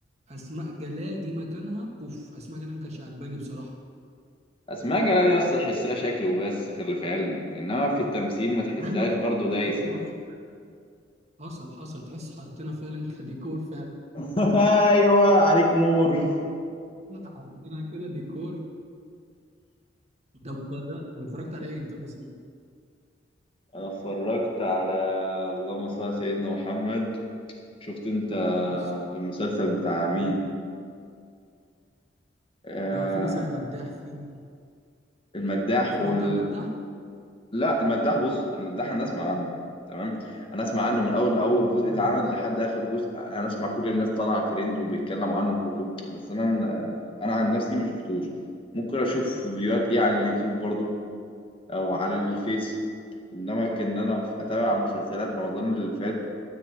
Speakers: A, on the right (about 35°); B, on the left (about 30°).
A: اسماء جلال دي مكانها اوف اسماء جلال ما كانتش عجباني بصراحه
B: اسماء جلال يا اسطى تحسها شكل وبس خلي في علمك انما في التمثيل ما تحسهاش
A: هاي ما
B: برضو دايسه
A: حصل حصل حصل تحس حطينا فعلا كديكور فعلا
B: <laughs> ايوه عليك نور
A: حطينا كده ديكور ده اتفرجت اتفرجت على ايه انت مثلا
B: انا اتفرجت على اللهم صل على سيدنا محمد شفت انت
A: بص.
B: المسلسل بتاع مين آه
A: اه في مثلا المداح في
B: المداح
A: اتفرجت
B: وال...
A: على المداح
B: لا المداح بص المداح انا اسمع عنه تمام انا اسمع عنه من اول اول
A: مم.
B: جزء اتعمل
A: آه.
B: لحد اخر جزء انا اسمع كل الناس طالعه ترند وبيتكلموا عنه كله بس انا انا عن نفسي ما شفتوش ممكن اشوف فيديوهات ليه على اليوتيوب برضو او على الفيس انما كان انا في- اتابع مسلسلات رمضان اللي فات